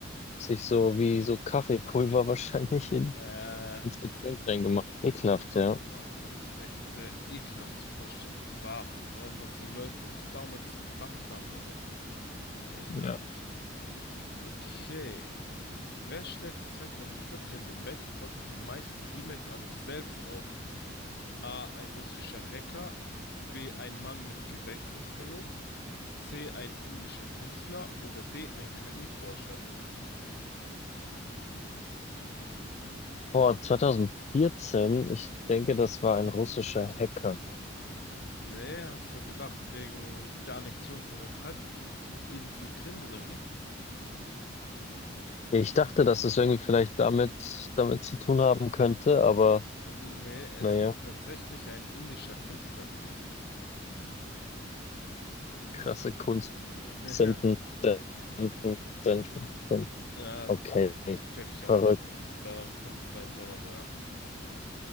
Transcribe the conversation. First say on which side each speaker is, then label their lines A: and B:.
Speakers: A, on the left; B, on the left.
A: sich so wie so Kaffeepulver <laughs> wahrscheinlich in,
B: Äh,
A: ins Getränk reingemacht. Ekelhaft, ja.
B: oh, oh, das ist echt sehr ekelhaft, die Vorstellung. Bah, äh, was die Leute sich damals gedacht haben dabei, finde ich echt
A: Ja.
B: eklig. Okay, Wer stellte 2014 den Weltrekord für die meisten E-Mails an sich selbst auf? A. Ein russischer Hacker. B. Ein Mann mit Gedächtnisverlust. C. Ein indischer Künstler. Oder D. Ein KI-Forscher.
A: Oh, 2014, ich denke, das war ein russischer Hacker.
B: Nee, hast du gedacht wegen der Annexion von der Halbinsel Krim oder wie?
A: Ja, Ich dachte, dass es irgendwie vielleicht damit, damit zu tun haben könnte, aber
B: Nee, es
A: naja.
B: ist tatsächlich ein indischer Künstler gewesen.
A: krasse Kunst.
B: <laughs>
A: Senden, senden, senden, senden.
B: Ja, ja,
A: Okay,
B: check ich
A: verrückt.
B: auch nicht, was daran Kunst sein soll, aber ja.